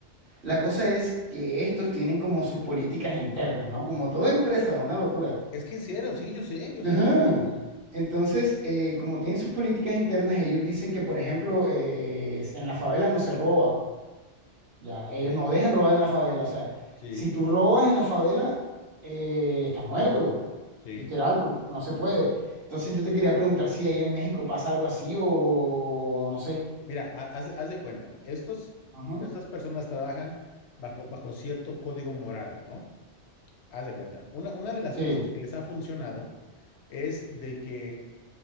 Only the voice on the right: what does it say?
La cosa es que estos tienen como sus políticas internas, ¿no? Como toda empresa, una locura.
Ajá.
Entonces, eh, como tienen sus políticas internas, ellos dicen que, por ejemplo, eh, en la favela no se roba. Ya,
ellos no dejan robar en la favela. O sea,
si tú robas en la favela, eh, estás muerto.
Literal, porque no se puede. Entonces yo te quería preguntar si ahí en México pasa algo así o no sé.
Ajá.
Sí,